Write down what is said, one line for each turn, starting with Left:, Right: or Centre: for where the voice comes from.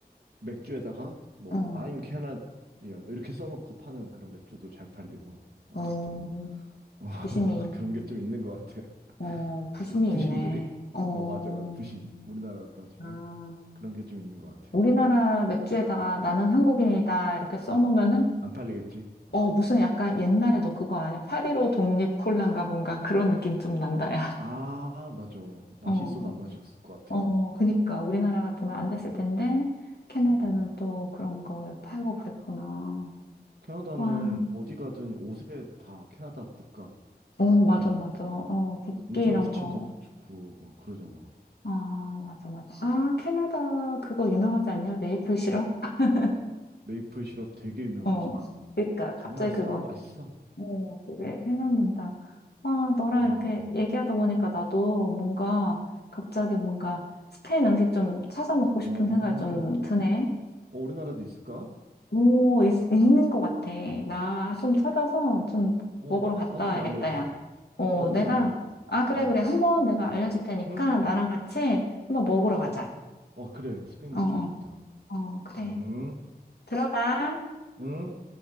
Right: 맥주에다가 뭐
Left: 어,
Right: I'm Canadian 뭐 이렇게 써놓고 파는 그런 맥주도 잘 팔리고 어쨌든
Left: 어,
Right: <laughs> 어,
Left: 부심이,
Right: 그런 게 좀 있는 것 같아.
Left: 어, 부심이
Right: 자기 부심들이
Left: 있네. 어,
Right: 어 맞아 맞아 부심 우리나라로 따지면
Left: 아.
Right: 그런 게 좀 있는 것 같아
Left: 우리나라 맥주에다가 나는 한국인이다 이렇게 써놓으면은
Right: 안 팔리겠지 어.
Left: 어, 무슨 약간 옛날에 너 그거 아니야? 8.15 독립 콜라인가 뭔가 그런 느낌 좀 난다, 야.
Right: 아 맞아 맛이
Left: 어,
Right: 있어도 안 마셨을 것 같아
Left: 어, 그니까. 우리나라 같으면 안 됐을 텐데, 캐나다는
Right: 어
Left: 또 그런 걸 팔고 그랬구나.
Right: 캐나다는
Left: 와,
Right: 어디 가든 옷에 다 캐나다 국가
Left: 어,
Right: 국기
Left: 맞아, 맞아. 어, 국기
Right: 엄청
Left: 이런
Right: 붙여도
Left: 거.
Right: 좋고 막 그러잖아
Left: 아, 맞아, 맞아. 아, 캐나다 그거 유명하지 않냐? 메이플 시럽? <laughs>
Right: 메이플 시럽 되게 유명하지
Left: 어, 그니까.
Right: 정말
Left: 갑자기
Right: 싸고
Left: 그거.
Right: 맛있어
Left: 어, 그게 생각난다. 아, 너랑
Right: 어
Left: 이렇게 얘기하다 보니까 나도 뭔가 갑자기 뭔가 스페인 음식 좀 찾아 먹고 싶은
Right: 어,
Left: 생각이 좀
Right: 어,
Left: 드네.
Right: 우리나라도 있을까?
Left: 오, 있, 있는 것 같아. 나 좀 찾아서 좀
Right: 어,
Left: 먹으러 갔다
Right: 나도 좀
Left: 와야겠다,
Right: 알려줘.
Left: 야. 어,
Right: 나도
Left: 내가,
Right: 좀 알려주라.
Left: 아, 그래,
Right: 음.
Left: 그래. 한번 내가 알려줄 테니까
Right: 응?
Left: 나랑 같이 한번 먹으러 가자.
Right: 어, 그래. 스팸
Left: 어,
Right: 음식
Left: 어,
Right: 좋다.
Left: 어, 그래.
Right: 응,
Left: 들어가.
Right: 응.